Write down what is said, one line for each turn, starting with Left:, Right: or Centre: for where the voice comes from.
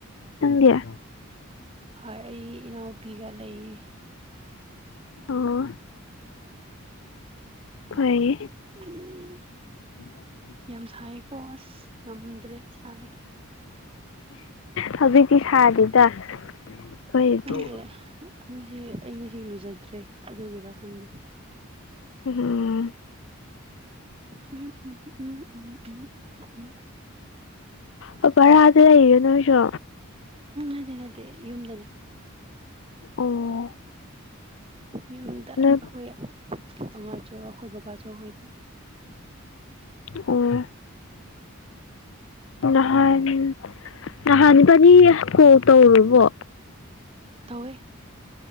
Left: ꯅꯪꯒꯌꯥ
Right: ꯍꯣꯏ ꯑꯩ ꯏꯅꯥꯎꯨꯄꯤꯒ ꯂꯩꯌꯦ
Left: ꯑꯣ ꯑꯩ
Right: ꯎꯝ
Left: ꯀ
Right: ꯌꯥꯝ ꯁꯥꯏꯀꯣ ꯑꯁ ꯉꯝꯗ꯭ꯔꯦ ꯁꯥꯏ
Left: ꯍꯧꯖꯤꯛꯇꯤ ꯁꯥꯗꯦꯗ ꯑꯩꯈꯣꯏꯗꯤ
Right: ꯈꯪꯗꯦ ꯉꯁꯤ ꯑꯩ ꯉꯁꯤ ꯂꯨꯖꯗ꯭ꯔꯦ ꯑꯗꯨꯒꯤꯔ ꯈꯪꯗꯦ
Left: ꯎꯝ
Right: ꯎ ꯎꯝ ꯎꯝ ꯎꯝ ꯎꯝ ꯎꯝ
Left: ꯑꯣ ꯕꯔꯥꯗ ꯂꯩꯒꯦ ꯅꯣꯏꯁꯨ
Right: ꯗ ꯅꯗꯤꯦ ꯌꯨꯝꯗꯅꯦ
Left: ꯑꯣ
Right: ꯌꯨꯝꯗ
Left: ꯅꯣꯏ
Right: ꯑꯩꯈꯣꯏ ꯑꯉ ꯆ ꯑꯩꯈꯣꯏ ꯕꯕꯥꯁꯨ ꯑꯩꯈꯣꯏꯗ
Left: ꯑꯣ ꯅꯍꯥꯟ ꯅꯍꯥꯟ ꯐꯅꯤ ꯀꯣ ꯇꯧꯨꯔꯕꯣ
Right: ꯇꯧꯋꯦ